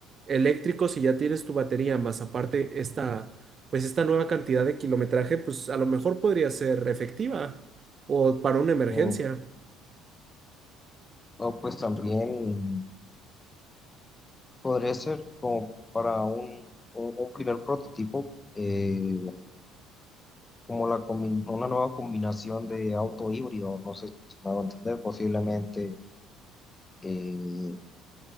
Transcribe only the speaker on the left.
O, o, pues también podría ser como para un, un- un primer prototipo, eh, como la combi- una nueva combinación de auto híbrido, no sé si me va a entender, posiblemente, eh,